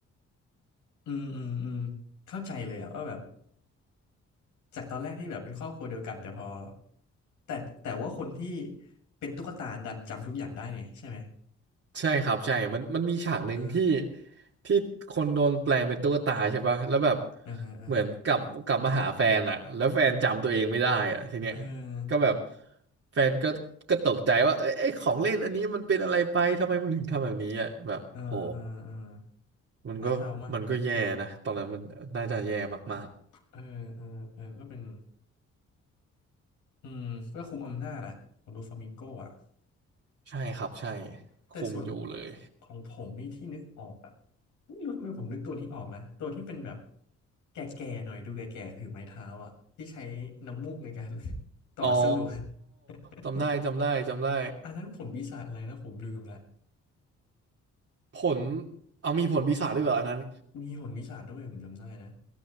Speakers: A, on the left (about 80°); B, on the right (about 55°).
A: อืมอืมอืมเข้าใจเลยอะว่าแบบจากตอนแรกที่แบบเป็นครอบครัวเดียวกันแต่พอแต่แต่ว่าคนที่เป็นตุ๊กตาดันจำทุกอย่างได้เนี่ยใช่ไหม
B: ใช่ครับใช่มันมันมีฉากหนึ่งที่
A: เออ
B: ที่คนโดนแปลงเป็นตุ๊กตาใช่ปะแล้วแบบ
A: เออเออ
B: เหมือนกลับกลับมาหาแฟนอ่ะแล้วแฟนจำตัวเองไม่ได้อ่ะทีเนี้ย
A: เออ
B: ก็แบบแฟนก็ก็ตกใจว่าเอ้ยไอ้ของเล่นอันนี้มันเป็นอะไรไป ทำไมมันถึงทำแบบนี้อ่ะแบบโห
A: เออเออเออ
B: มันก็มันก็แย่นะตอนนั้นมันน่าจะแย่มาก
A: น่าเศร้ามากเลยนะเออเออเออก็เป็นอืมเพื่อคุมอำนาจอะของลูฟลามิงโกอะ
B: ๆใช่ครับใช่
A: แต่ส่วน
B: คุมอยู่เลย
A: ของผมนี่ที่นึกออกอะไม่รู้ทำไมผมนึกตัวนี้ออกนะตัวที่เป็นแบบแก่ๆหน่อยดูแก่ๆถือไม้เท้าอะที่ใช้น้ำมูกในการ <laughs> ต่อสู้อะ
B: อ๋อ
A: <laughs>
B: จำได้จำได้จำได้
A: อันนั้นผมวิชาอะไรนะผมลืมละ
B: ผลเอามีผลปีศาจด้วยเหรออันนั้น
A: มีผลวิชาด้วยผมจำได้นะ